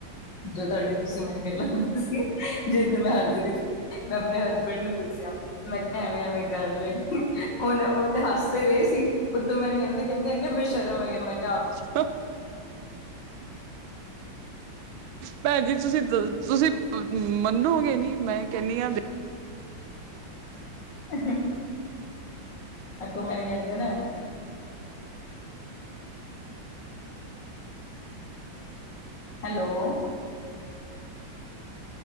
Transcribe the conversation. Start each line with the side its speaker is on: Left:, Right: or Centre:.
Left: ਜੋ ਤੁਹਾਡੇ ਤੁਸੀਂ ਮੈਨੂੰ ਗੱਲਾਂ ਦੱਸੀ ਜਿਸ ਤੇ ਮੈਂ ਹੱਸਦ ਰੀ ਸੀ ਮੈਂ ਆਪਣੇ ਹਸਬੈਂਡ ਨੂੰ ਦੱਸਿਆ। ਮੈਂ ਕਿਆ ਐਵੇਂ-ਐਵੇਂ ਗੱਲ ਏ, ਹੁਣ ਉਹ ਤੇ ਹੱਸ ਤੇ ਰਏ ਸੀ ਉਤੋਂ ਮੈਨੂੰ ਕਹਿੰਦੇ ਕਹਿੰਦੇ ਇੰਨੇ ਬੇਸ਼ਰਮ ਹੈਗੇਨ ਬਾਈ।
Right: <inaudible> ਭੈਣ ਜੀ ਤੁਸੀਂ <unintelligible> ਤੁਸੀਂ ਮੰਨੋਗੇ ਨੀ ਮੈਂ ਕਹਨੀ ਆਂ
Left: <unintelligible> ਅੱਗੋਂ ਮੇਰੇ <unintelligible> Hello.